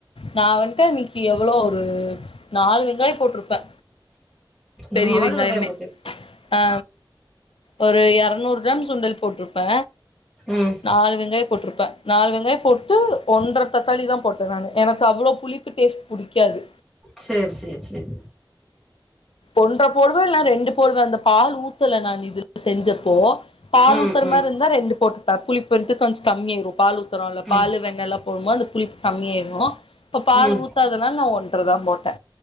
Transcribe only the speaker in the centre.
நாலு
வெங்காயம் போட்டி
ம்
சேர் சேர் சேர்
ம்
ம்
ம்
ம்